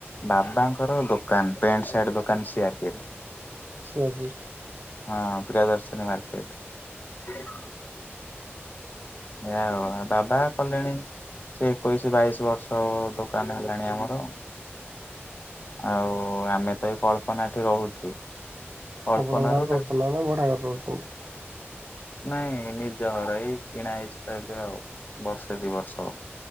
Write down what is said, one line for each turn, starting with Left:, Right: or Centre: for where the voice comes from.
Left: ବାବାଙ୍କର ଦୋକାନ, ପ୍ୟାଣ୍ଟ ସାର୍ଟ ଦୋକାନ ସିଆଡେ।
Right: ସେ ଆଜି
Left: ହଁ ପ୍ରିୟ ଦର୍ଶିନୀ ମାର୍କେଟ୍। ହଁ। ଆଉ ବାବା କଲେଣି ସେ ଏକୋଇଶି ବାଇଶି ବର୍ଷ ଦୋକାନ ହେଲାଣି ଆମର। ଆଉ ଆମେ ତ ଏଇ କଳ୍ପନାଠି ରହୁଛୁ। କଳ୍ପନା
Right: ଆପଣଙ୍କର
Left: ରୁ
Right: କଳ୍ପନା ନା ଭଡାଘରେ ରହୁଛନ୍ତି।
Left: ନାଇଁ ନିଜ ଘର ଏଇ କିଣା ହେଇଛି ତ ଏବେ ଆଉ ବର୍ଷେ ଦି ବର୍ଷ ଆଉ।